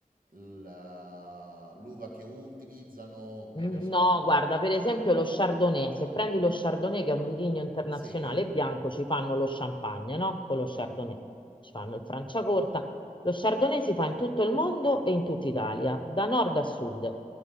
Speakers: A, on the right; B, on the left.
A: la- l'uva che utilizzano, non
B: Mm,
A: lo so.
B: No, guarda, per esempio lo Chardonnay, se prendi lo Chardonnay che è un vitigno internazionale
A: Sì,
B: bianco, ci fanno lo champagne, no? Con lo
A: sì,
B: Chardonnay. Ci fanno il Franciacorta. Lo Chardonnay si fa in tutto il mondo e in tutta Italia, da nord a sud.